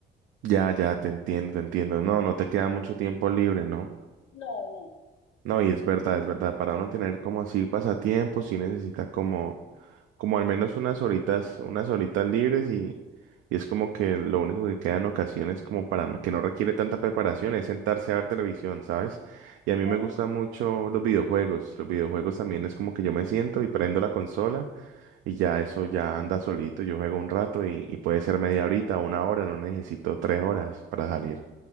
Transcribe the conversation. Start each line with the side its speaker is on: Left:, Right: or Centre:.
Right: Ya, ya, te entiendo, te entiendo. No, no te queda mucho tiempo libre, ¿no?
Left: No, no.
Right: No, y es verdad, es verdad. Para uno tener como así pasatiempos, sí necesita como, como al menos unas horitas, unas horitas libres y, y es como que lo único que queda en ocasiones como para, no- que no requiere tanta preparación, es sentarse a ver televisión, ¿sabes? Y a mí
Left: No,
Right: me gustan
Left: yo
Right: mucho los videojuegos. Los videojuegos también es como que yo me siento y prendo la consola y ya eso ya anda solito. Yo juego un rato y, y puede ser media horita, una hora, no necesito tres horas para salir.